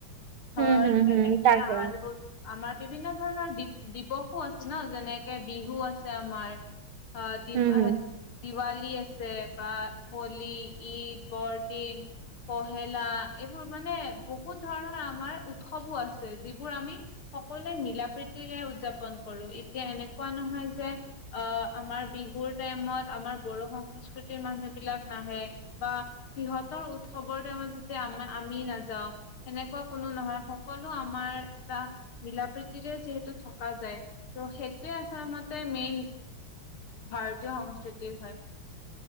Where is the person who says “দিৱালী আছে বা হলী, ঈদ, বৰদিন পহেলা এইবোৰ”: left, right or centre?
Left